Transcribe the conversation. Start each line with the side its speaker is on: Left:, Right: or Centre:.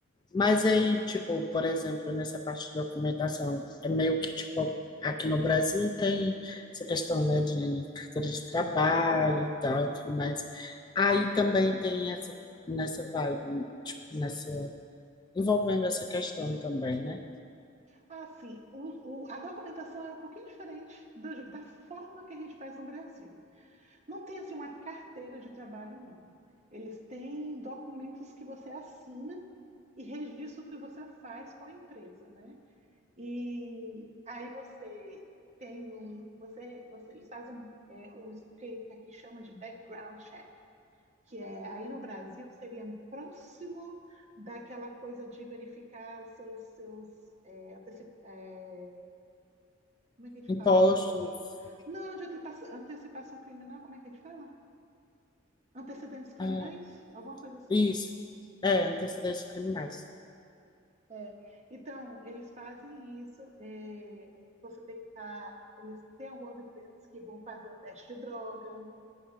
Left: Mas aí, tipo, por exemplo, nessa parte de documentação, é meio que, tipo, aqui no Brasil tem essa questão, né, de carteira de trabalho e tal e tudo mais. Aí também tem essa, nessa vibe, tipo, nessa, envolvendo essa questão também, né?
Right: assim o- o- a documentação é um pouquinho diferente do- da forma que a gente faz no Brasil. Não tem, assim, uma carteira de trabalho, não. Eles têm documentos que você assina e registra o que você faz com a empresa, né? E aí você tem um, você, você, eles fazem um, é, o que, que aqui chama de background check. que é aí no Brasil seria próximo daquela coisa de verificar seus seus é, anteci- é, como é que a gente
Left: Impostos,
Right: fala? Anteci- não, de antecipa- antecipação criminal, como é que a gente fala? Antecedentes criminais,
Left: ah,
Right: alguma coisa assim.
Left: isso, é, antecedentes criminais,
Right: É. Então, eles fazem isso. é, você tem que estar. eles têm algumas empresas que vão fazer o teste de droga